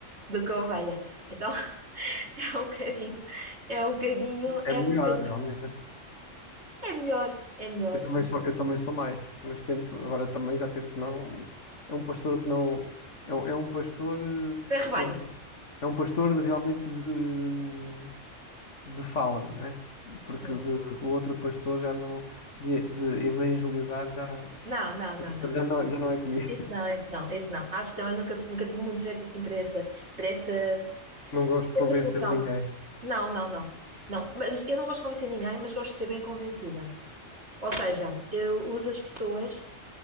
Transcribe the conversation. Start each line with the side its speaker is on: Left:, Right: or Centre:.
Right: do que a ovelha, então <laughs> é um bocadinho, é um bocadinho, é
Left: É melhor,
Right: um bocadinho,
Left: realmente.
Right: é melhor, é melhor,
Left: Eu também sou, eu também sou mais, mas tento, agora também já tento não. É um pastor que não. É um, é um pastor. eh,
Right: é rebanho,
Left: É um, é um pastor de- realmente de, de fauna, né? Porque
Right: sim.
Left: de, o outro pastor já não. De, de evangelizar já,
Right: Não, não, não, não.
Left: já, não, já não é comigo.
Right: Isso não, isso não, isso não. Acho que também nunca, nunca tive muito jeito assim para essa, para essa,
Left: <laughs> Não gosto de convencer
Right: essa função.
Left: ninguém.
Right: Não, não, não. Não, mas eu não gosto de convencer ninguém, mas gosto de ser bem convencida. Ou seja, eu uso as pessoas